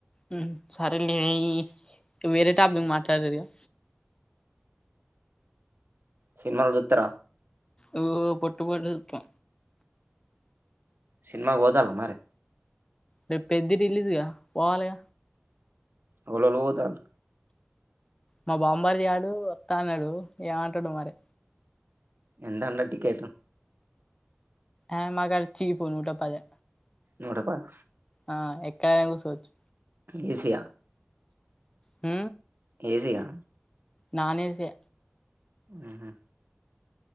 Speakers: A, on the left; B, on the right.
A: హ్మ్ సరే లేయి ఇక వేరే టాపిక్ మాట్లాడుర్రి ఇగ
B: సిన్మాలు చుత్తర
A: ఓ పొట్టు పొట్టు చుత్తా
B: సినిమాక్ పోతాళ్ళ మరి
A: రేపు పెద్ది రిలీజ్ గ పోవాలగ
B: ఎవలోవాళ్ళు పోతాళ్లు
A: మా బామ్మరిది గాడు వత్తా అన్నడు ఏమంటడో మరె
B: ఎంతన టికెటు
A: ఆ మా కాడ చీపు నూట పదే
B: నూట పద్
A: ఆ ఎక్కడైనా కూర్చోవచ్చు
B: ఏసి ఆ
A: ఊ
B: ఏసి ఆ
A: నాన్ ఏసే
B: ఉహు